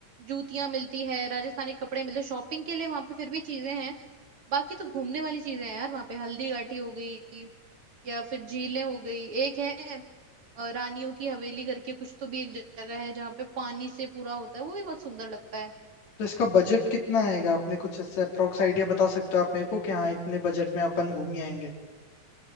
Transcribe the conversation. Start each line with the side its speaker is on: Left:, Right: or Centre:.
Right: जूतियां मिलती है राजस्थानी कपड़े मिलते हैं, शॉपिंग के लिए वहां पे फिर भी चीजें हैं बाकी तो घूमने वाली चीजें हैं यार वहां पे हल्दी घाटी हो गई या फिर झीलें हो गई एक है अ, रानियों की हवेली करके कुछ तो भी एक जगह है जहाँ पे पानी से पूरा होता है वो भी बहुत सुंदर लगता है
Left: तो इसका बजट कितना आएगा आपने कुछ ऐसे अप्रोक्स आइडिया बता सकते हो आप मेरे को कि हाँ इतने बजट में अपन घूम ही आएंगे